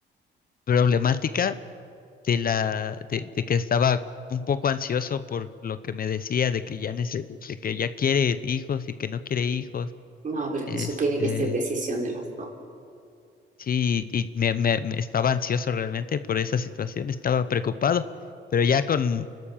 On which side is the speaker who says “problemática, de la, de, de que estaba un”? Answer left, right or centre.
Left